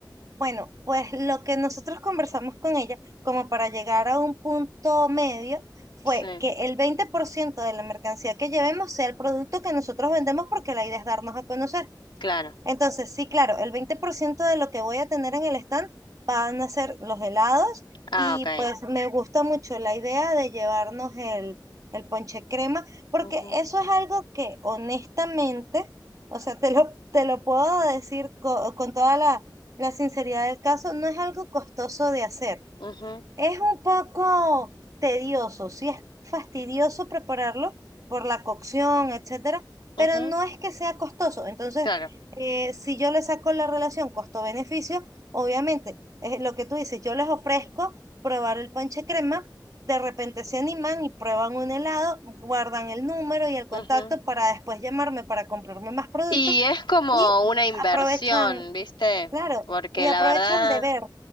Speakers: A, on the right; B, on the left.
A: bueno, pues lo que nosotros conversamos con ella como para llegar a un punto medio fue
B: Sí,
A: que el 20% de la mercancía que llevemos sea el producto que nosotros vendemos porque la idea es darnos a conocer
B: claro.
A: Entonces, sí, claro, el 20% de lo que voy a tener en el stand van a ser los helados
B: Ah,
A: y
B: ok.
A: pues me gusta mucho la idea de llevarnos el, el ponche crema, porque
B: Ujú,
A: eso es algo que honestamente, o sea, te lo, te lo puedo decir co- con, toda la, la sinceridad del caso, no es algo costoso de hacer.
B: ujú,
A: Es un poco tedioso, sí es fastidioso prepararlo por la cocción, etcétera,
B: ujú,
A: pero no es que sea costoso. Entonces,
B: Claro.
A: eh, si yo le saco la relación costo-beneficio, obviamente, es lo que tú dices, yo les ofrezco probar el ponche crema, de repente se animan y prueban un helado, guardan el número y el contacto
B: ujú.
A: para después llamarme para comprarme más productos
B: Y es como
A: y
B: una inversión,
A: aprovechan,
B: ¿viste?
A: claro,
B: Porque
A: y aprovechan
B: la verdad...
A: de ver.